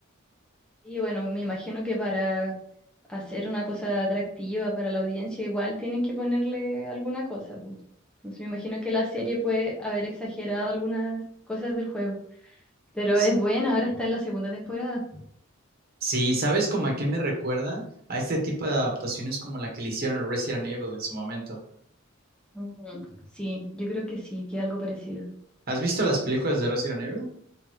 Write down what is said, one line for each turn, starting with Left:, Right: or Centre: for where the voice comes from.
Centre: Y bueno, me imagino que para hacer una cosa atractiva para la audiencia, igual tienen que ponerle alguna cosa, po. Entonces me imagino que la serie puede haber exagerado algunas cosas del juego, pero
Right: S-
Centre: es buena, ahora está en la segunda temporada.
Right: Sí, ¿sabes como a qué me recuerda? A este tipo de adaptaciones como la que le hicieron a Resident Evil en su momento.
Centre: Mm, sí, yo creo que sí, que algo parecido.
Right: ¿Has visto las películas de Resident Evil?